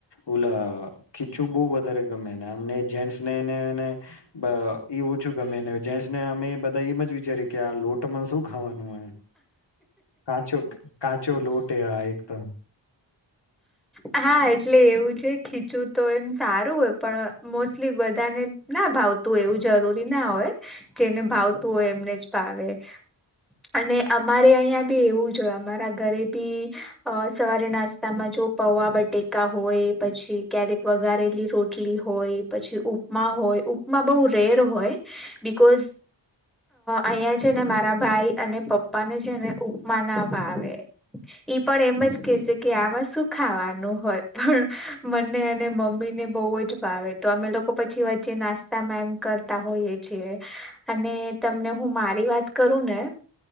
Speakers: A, on the left; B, in the centre.
A: ઓલા ખીચું બહુ વધારે ગમે ને આમને જેન્ટસ ને એને એને બ એવું છું. ગમે એને જેન્સને અમે બધા એમ જ વિચારી કે આ લોટ એમાં શું ખાવાનું હોય. કાચો કાચ કાચો લોટ. એકદમ
B: હા એટલે એવું છે ખીચવું તો એમ સારું હોય પણ મોસ્ટલી બધાને ના ભાવતું હોય, એવું જરૂરી ના હોય જેને ભાવતું હોય એમને જ ભાવે, અને અમારે અહીં બી એવું જ હોય. અમારા ઘરે બી સવારે નાસ્તામાં જો પવા બટેકા હોય પછી ક્યારેક વગારેલી રોટલી હોય, પછી ઉપમા હોય ઉપમા બહ રેર હોય, બિકઝ અહીયાં છે ને મારા ભાઈ અને પપ્પા ને છે ને ઉપમા ના ભાવે ઈ પણ એમ જ કે છે કે આમાં શું. ખાવાનું હોય પણ મને અને મમ્મીને બહુ જ ભાવે તો અમે લોકો પછી વચ્ચે નાસ્તા મેમ કરતા હોઈએ છી, અને તમને હું મારી વાત કરું ને